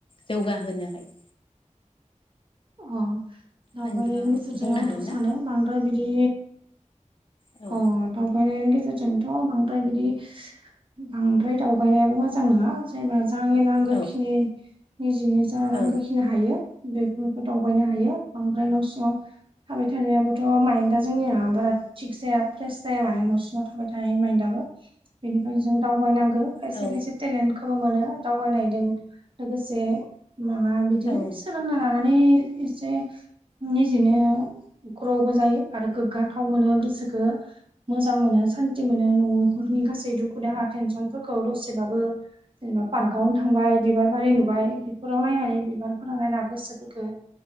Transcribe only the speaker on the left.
जौगाहोनो हायो
नोंथाङा
बुंनो
हागोन
ना
औ
औ
औ
औ
औ